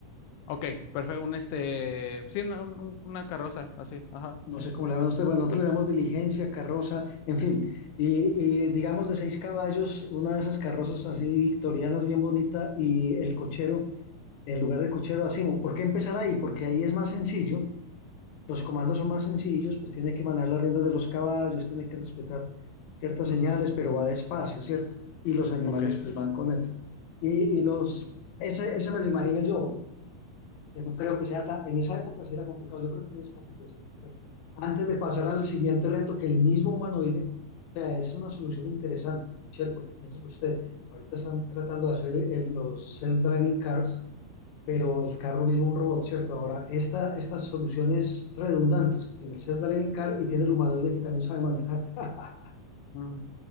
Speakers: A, on the left; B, on the left.
A: Ok, perfecto. Un este. Sí, una, un- una carroza, así. Ajá.
B: No sé cómo le llaman ustedes, bueno, nosotros le llamamos diligencia, carroza, en fin, y, y digamos de seis caballos, una de esas carrozas así victorianas, bien bonita, y el cochero, en lugar de cochero, así, ¿por qué empezar ahí? Porque ahí es más sencillo, los comandos son más sencillos, pues tiene que manejar las riendas de los caballos, tiene que respetar ciertas
A: Ujú,
B: señales, pero va despacio, ¿cierto? Y los animales
A: Ok.
B: pues van con él. Y, y los, ese, ese me lo imagino yo, que no creo que sea tan, en esa época sí era complicado, yo creo que es fácil de hacer ese reto.
A: Ujú,
B: Antes de pasar al siguiente reto, que el mismo humanoide, o sea, es una solución interesante, Michelle, porque piénselo usted, ahorita están tratando de hacer el- los self-driving cars, pero el carro mismo un robot, ¿cierto? Ahora, esta, esta solución es redundante, usted tiene el self-driving car y tiene el humanoide que también sabe manejar, <laughs>
A: ujú.